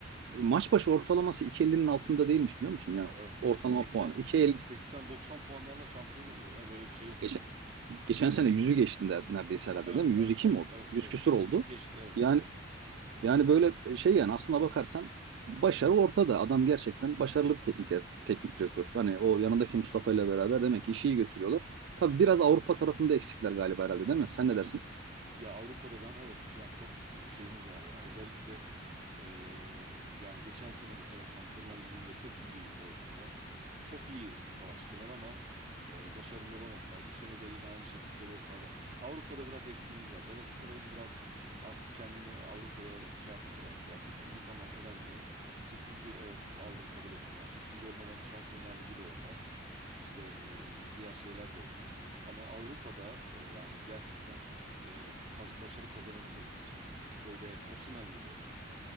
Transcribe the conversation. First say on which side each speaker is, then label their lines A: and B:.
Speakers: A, on the right (about 65°); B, on the right (about 35°).
A: Maç başı ortalaması 2.50'nin altında değilmiş biliyor musun? Yani
B: evet,
A: ortalama
B: evet. 80
A: puanı. 2.50
B: 80-90 puanlarla şampiyon oluyor ya. Böyle bir şey yok
A: geçen,
B: yani.
A: geçen sene yüzü geçti ner- neredeyse herhalde
B: Evet,
A: değil mi?
B: evet,
A: Yüz iki
B: evet,
A: mi oldu?
B: evet,
A: 100
B: evet.
A: küsur oldu.
B: Geçti evet.
A: Yani
B: Aha.
A: yani böyle şey yani aslına bakarsan başarı ortada. Adam gerçekten başarılı bir teknik teknik direktör. Hani o yanındaki Mustafa ile beraber demek ki işi iyi götürüyorlar. Tabii biraz Avrupa tarafında eksikler galiba herhalde değil mi? Sen
B: Evet.
A: ne dersin?
B: Ya Avrupa'da ben evet yani çok şeyimiz var ya. Özellikle eee, yani geçen sene mesela Şampiyonlar Ligi'nde çok iyi oynadılar. Çok iyi savaştılar ama eee, başarılı olamadılar. Bu sene de yine aynı şekilde UEFA'da. Avrupa'da biraz eksiğimiz var. Galatasaray'ın biraz artık kendini Avrupa'ya şey yapması lazım. Ya Türk Ligi tamam önemli. Türk Ligi evet aldım kabul ettim. Yani Türk Ligi olmadan Şampiyonlar Ligi de olmaz. İşte e, diğer şeyler de olmaz. Ama Avrupa'da e, yani gerçekten e, baş- başarı kazanabilmesi için böyle Osimhen gibi